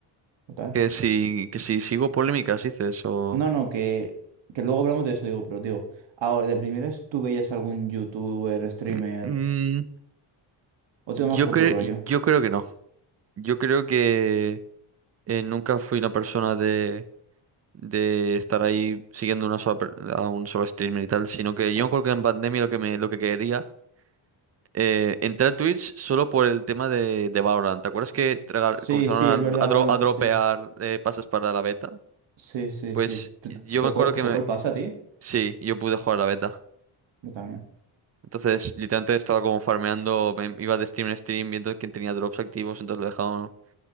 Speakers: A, on the right; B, on the right.
A: Total.
B: Que si, que si sigo polémicas, dices, o...
A: No, no, que, que luego hablamos de eso, digo, pero digo, ahora, de primeras, ¿tú veías algún youtuber, streamer?
B: Mm, mm,
A: ¿O te
B: yo
A: vas por
B: creo,
A: tu rollo?
B: yo creo que no. Yo creo que eh, nunca fui una persona de, de estar ahí siguiendo una sola per- a un solo streamer y tal, sino que yo
A: Ah.
B: creo que en pandemia lo que me, lo que quería, eh, entrar a Twitch solo por el tema de, de Valorant. ¿Te acuerdas que regal-
A: Sí,
B: comenzaron
A: sí,
B: a,
A: es verdad,
B: a dro-
A: Valorant,
B: a dropear
A: sí.
B: eh, pases para la beta?
A: Sí, sí,
B: Pues
A: sí. ¿Te,
B: yo
A: te tocó,
B: me acuerdo
A: te
B: que
A: tocó
B: me...
A: el pase a ti?
B: Sí, yo pude jugar la beta.
A: Yo también.
B: Entonces, literalmente estaba como farmeando, me- iba de stream en stream viendo quién tenía drops activos, entonces lo dejaba,